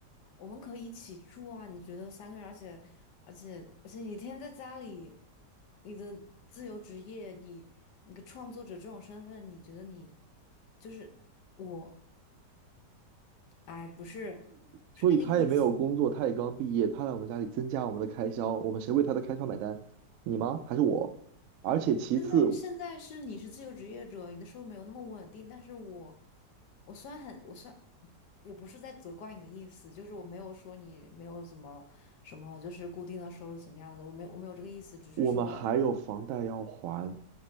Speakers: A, on the left; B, on the right.
A: 我们可以一起住啊，你觉得三个人，而且而且而且你天天在家里，你的自由职业，你你个创作者这种身份，你觉得你就是我，哎，不是不是那个意思。
B: 所以他也没有工作，他也刚毕业，他来我们家里增加我们的开销，我们谁为他的开销买单？你吗？还是我？而且其次。
A: 现在现在是你是自由职业者，你的收入没有那么稳定，但是我我虽然很我虽然我不是在责怪你的意思，就是我没有说你没有怎么什么，就是固定的收入怎么样的，我没有我没有这个意思，只是说。
B: 我们还有房贷要还，